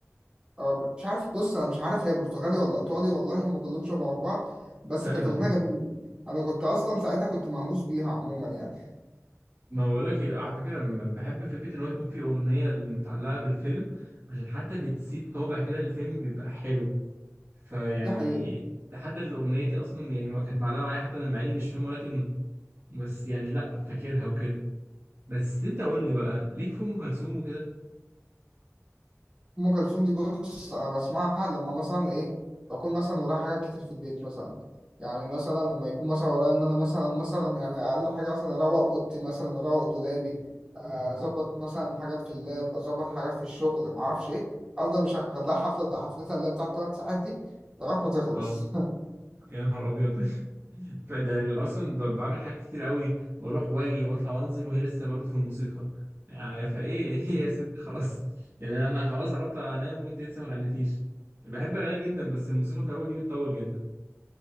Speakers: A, on the right (about 15°); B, on the right (about 45°).
A: آه، مش عارف بص انا مش عارف هي برتغالي ولا ايطالي والله هم كلهم شبه بعض بس
B: فعلا
A: كانت الاغنيه جميله انا كنت اصلا ساعتها كنت مهووس بيها عموما يعني
B: ما بقول لك على فكره م- بحب فكره ان هو يكون في اغنيه متعلقه بالفيلم عشان حتى بتسيب طابع كده للفيلم بيبقى حلو فيعني
A: دي حقيقه
B: حتى الاغنيه دي اصلا يعني ما كانت معلقه معايا حتى انا مع اني مش فاهم ولا كلمه بس يعني لا فاكرها وكده بس انت قول لي بقى ليك في ام كلثوم وكده
A: ام كلثوم دي بص انا بسمعها لما مثلا ايه بكون مثلا ورايا حاجات كتير في البيت مثلا يعني مثلا لما يكون مثلا ورايا ان انا مثلا مثلا يعني اقل حاجه مثلا اروق اوضتي مثلا اروق دولابي آه، اظبط مثلا حاجات في اللاب اظبط حاجات في الشغل ما اعرفش ايه افضل مشغل لها حفله بقى حفلتها اللي هي بتاعت ثلاث ساعات دي لغايه ما تخلص
B: اه
A: <laughs>
B: يا نهار ابيض فده اصلا ب- بعمل حاجات كتير قوي واروح واجي واطلع وانزل وهي لسه برضه في الموسيقى يعني فايه <laughs> ايه يا ست خلاص يعني انا خلاص عرفت انام وانت لسه ما غنيتيش بحب اغني جدا بس الموسيقى في الاول دي بتطول جدا